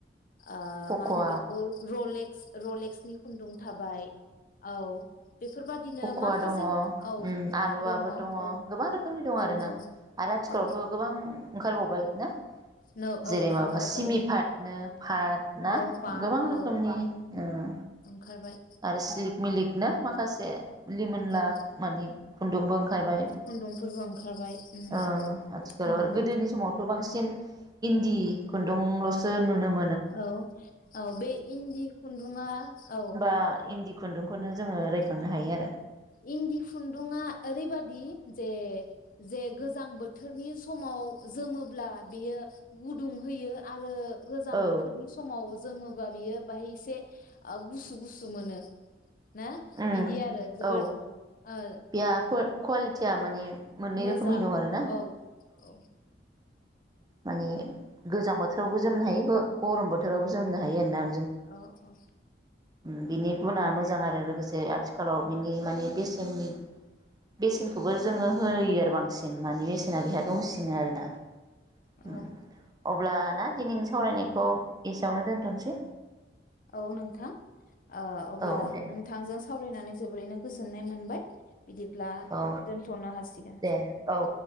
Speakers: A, on the left; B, on the right.
A: ओ
B: फक'वा
A: मा होनो बेखौ रलेक रलेक्सनि खुन्दुं थाबाय औ बेफोरबादिनो
B: फख'वा
A: माखासे
B: दङ
A: औ
B: आलुवबो
A: औ
B: दङ
A: औ
B: गोबां रोखोमनि दं आरोना
A: औ
B: आरो आथिखालावथ'
A: औ
B: गोबां ओंखारबाव बाय ना
A: नो
B: जेरै
A: औ
B: माबा
A: ओंखारबाय
B: सिमि
A: नोंथां
B: पाटनो पाट ना
A: औ पाट
B: गोबां रोखोमनि
A: औ
B: उम
A: ओंखारबाय
B: आरो सिलिक मिलिक ना माखासे लिमोनला
A: औ
B: मानि खुन्दुंबो ओंखारबाय
A: खुन्दुंफोरबो ओंखारबाय उम
B: ओ आथिखालाव
A: नंगौ
B: आरो गोदोनि समावथ' बांसि न इन्दि खुन्दुंल'सो नुनो मोनो
A: औ औ बे इन्दि खुन्दुंआ औ
B: आ इदि खुन्दुंखौनो जोङो रायखांनो
A: ओ
B: हायो आरो
A: इन्दि खुन्दुंआ ओरैबादि जे जे गोजां बोथोरनि समाव जोमोब्ला बेयो गुदुं होयो आरो गोजां
B: औ
A: बोथोरनि समाव जोमो बा बियो बाहाय एसे गुसु गुसु मोनो। ना
B: उम
A: बिदि आरो जोबोद
B: औ
A: ओ
B: बेहा ककवालि थिया माने मोननै
A: मोजां
B: रोखोमनि दं आरोना
A: औ औ
B: मानि गोजां बो थोरावबो जोमनो हायो गरम बोथोरावबो जोमनो हायो आरो ना
A: औ औ
B: उम बिनि गुना मोजां आरो लोगोसे आथिखालाव बिनि मानि बेसेननि बेसेनखौबो जोङो होयो आरो बांसिन मानि बेसेना बिहा दंसिनो
A: औ
B: आरोना।
A: औ
B: उम अब्ला ना दिनैनि सावरायनायखौ एसेयावनो दोनथ'सै।
A: औ नोंथां ओ अब्ला
B: औ दे
A: नोंथांजों सावरायनानै जोबोरैनो गोजोननाय मोनबाय। बिदिब्ला
B: औ
A: दोनथ'नो हासिगोन।
B: दे औ